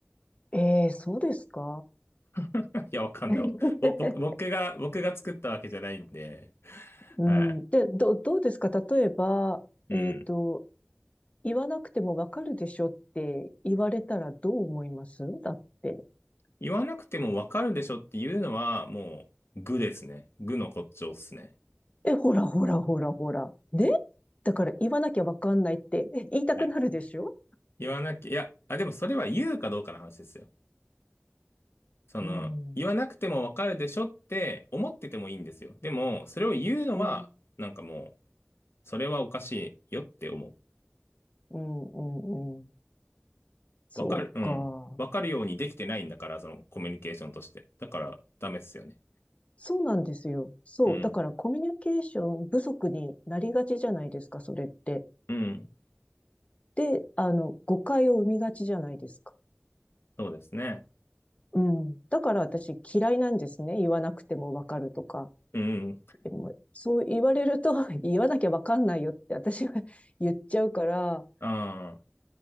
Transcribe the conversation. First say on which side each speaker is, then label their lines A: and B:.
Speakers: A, on the left; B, on the left.
A: あ、ええそうですか
B: <laughs> いや、わかんない。
A: <laughs>
B: ぼ僕僕が、僕が作ったわけじゃないんで、
A: うん、
B: はい。
A: で、ど、どうですか例えば、
B: うん。
A: えっと、言わなくてもわかるでしょって言われたらどう思いますだって。
B: 言わなくてもわかるでしょっていうのは、もう、愚ですね。愚の骨頂っすね。
A: え、ほらほらほらほら。ねだから言わなきゃわかんないってえ言いたくなるでしょ
B: はい言わなきゃ、いや、あ、でもそれは言うかどうかの話ですよ。その、
A: うん、
B: 言わなくてもわかるでしょって思っててもいいんですよ。でも、それを言うのは、
A: うん、うん、
B: なんかもう、それはおかしいよって思う。
A: うん、うん。そうか。
B: わかる、うん。わかるようにできてないんだから、そのコミュニケーションとして。だから、ダメっすよね。
A: そうなんですよ。そう。
B: うん。
A: だからコミュニケーション不足になりがちじゃないですか、それって。
B: うん。
A: で、あの、誤解を生みがちじゃないですか。
B: そうですね。
A: うん。だから私嫌いなんですね。言わなくてもわかるとか。
B: うん。
A: でもそう言われると <laughs> 言わなきゃわかんないよって私は <laughs> 言っちゃうから、
B: ああ。